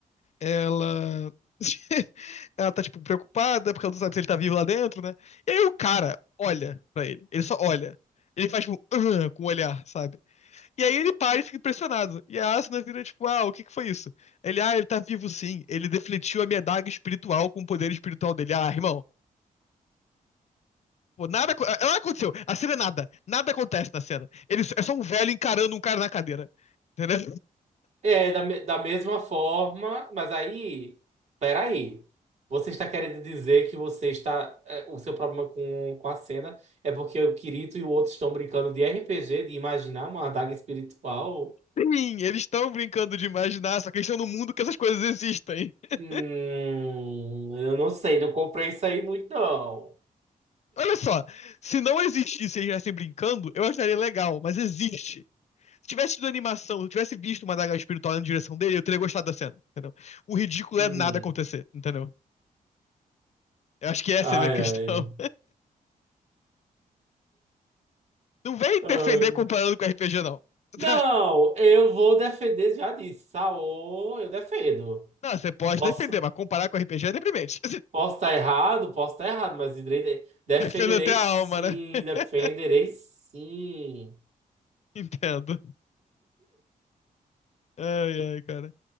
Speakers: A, on the left; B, on the right.
A: Ela. <laughs> Ela tá, tipo, preocupada porque ela não sabe se ele tá vivo lá dentro, né? E aí o cara olha pra ele. Ele só olha. Ele faz, tipo, "Ah", com o olhar, sabe? E aí ele para e fica impressionado. E a Asuna vira, tipo, ah, o que que foi isso? Ele, ah, ele tá vivo sim. Ele defletiu a minha daga espiritual com o poder espiritual dele. Ah, irmão. Pô, nada, acon- nada aconteceu. A cena é nada. Nada acontece na cena. eles é só um velho encarando um cara na cadeira. Entendeu?
B: É, da, me- da mesma forma, mas aí, peraí. Você está querendo dizer que você está. é, o seu problema com, com a cena é porque o Kirito e o outro estão brincando de RPG, de imaginar uma adaga espiritual?
A: Sim, eles estão brincando de imaginar, só que eles estão num mundo que essas coisas existem. <laughs>
B: Hum, eu não sei, não comprei isso aí muito, não.
A: Olha só, se não existisse e eles estivessem brincando, eu acharia legal, mas existe. Se tivesse tido animação, se eu tivesse visto uma daga espiritual na direção dele, eu teria gostado da cena, entendeu? O ridículo
B: Hum.
A: é nada acontecer, entendeu? Eu acho que essa
B: Ai,
A: é a minha <laughs> questão.
B: ai.
A: Não vem
B: Ai.
A: defender comparando com RPG, não.
B: Não,
A: Tá?
B: eu vou defender, já disse, Saô, eu defendo.
A: Não, você pode
B: Posso,
A: defender, mas comparar com RPG é deprimente.
B: Posso estar errado, posso estar errado, mas direito- é defenderei
A: <laughs> Defendo até a
B: sim,
A: alma, né? <laughs>
B: defenderei sim.
A: Entendo. Ai, ai, cara.